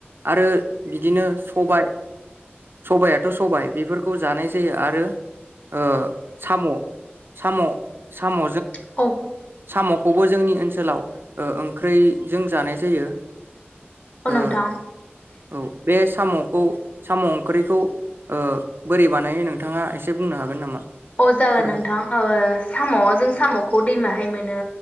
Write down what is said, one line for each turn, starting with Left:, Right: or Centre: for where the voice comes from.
Right: आरो बिदिनो सबाय सबायाथ सबाय बेफोरखौ जानाय जायो आरो ओ साम' साम' साम'
Left: औ
Right: साम'खौबो जोंनि ओनसोलाव ओ ओंख्रैजों जानाय जायो।
Left: औ
Right: ओ
Left: नोंथां
Right: औ बे साम' खौ साम' ओंख्रिखौ ओ बोरै बानायो नोंथाङा एसे बुंनो हागोन नामा?
Left: अ जागोन
Right: फोरमाय
Left: नोंथां ओ साम' जों सामखौ दैमाहाय मोनो।